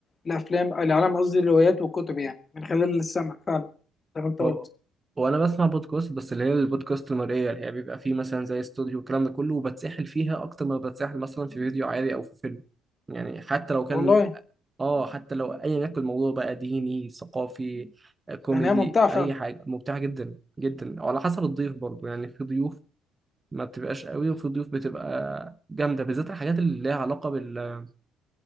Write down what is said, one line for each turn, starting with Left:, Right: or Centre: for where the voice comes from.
Left: الافلام لعالم قصدي الروايات والكتب يعني من خلال السمع فعلا زي ما انت
Right: هو
Left: قلت
Right: وانا بسمع بودكاست بس اللي هي البودكاست المرئية اللي هي بيبقى فيه مثلا زي استوديو والكلام ده كله وبتسحل فيها اكتر ما بتسحل مثلا في فيديو عادي او في فيلم يعني حتى لو كان
Left: والله
Right: اه حتى لو ايا يكن الموضوع بقى ديني ثقافي آه، كوميدي
Left: يعني هي ممتعة فعلا
Right: اي حاجه ممتعه جدا جدا وعلى حسب الضيف برضو يعني في ضيوف ما بتبقاش قوي وفي ضيوف بتبقى جامده بالذات الحاجات اللي ليها علاقه بال